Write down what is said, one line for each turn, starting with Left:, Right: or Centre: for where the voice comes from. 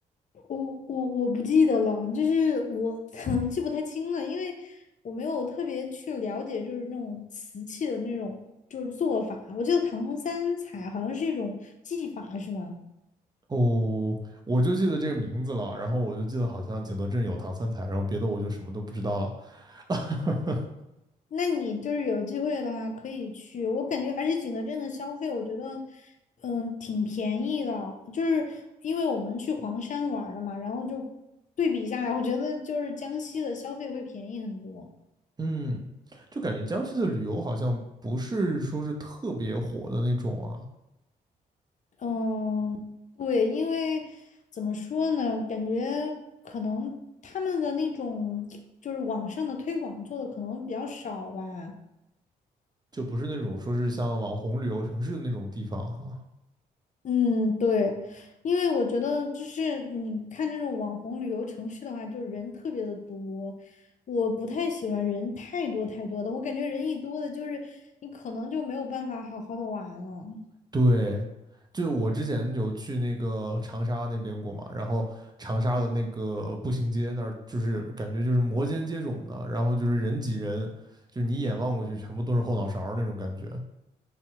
Left: 我我我不记得了，就是我 <laughs> 记不太清了，因为我没有特别去了解，就是那种瓷器的那种就是做法。我记得唐红三彩好像是一种技法，是吗？
Right: 哦，我就记得这个名字了，然后我就记得好像景德镇有唐三彩，然后别的我就什么都不知道了。<laughs>
Left: 那你就是有机会的话可以去，我感觉而且景德镇的消费，我觉得嗯挺便宜的，就是因为我们去黄山玩儿了嘛，然后就对比下来，我觉得就是江西的消费会便宜很多。
Right: 嗯，就感觉江西的旅游好像不是说是特别火的那种啊，
Left: 嗯，对，因为怎么说呢，感觉可能他们的那种就是网上的推广做的可能比较少吧。
Right: 就不是那种说是像网红旅游城市的那种地方啊。
Left: 嗯，对，因为我觉得就是你看这种网红旅游城市的话，就是人特别的多，我不太喜欢人太多太多的，我感觉人一多的，就是你可能就没有办法好好的玩了。
Right: 对，就是我之前有去那个长沙那边过嘛，然后长沙的那个步行街那儿，就是感觉就是摩肩接踵的，然后就是人挤人，就是你一眼望过去全部都是后脑勺儿那种感觉。